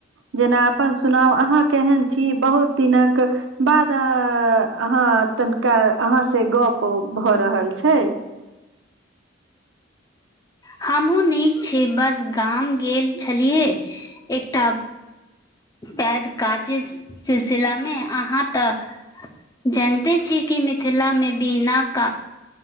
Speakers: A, on the right; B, on the left.
A: जेना अपन सुनाउ अहाँ केहन छी बहुत दिनक। बाद अहाँ तनिका अहाँ से गप भ रहल छै।
B: हमहुँ नीक छी बस गाम गेल छलियै एकटा। बैद काजे सिलसिलामे अहाँ तऽ। जैनते छी कि मिथिलामे बिना का।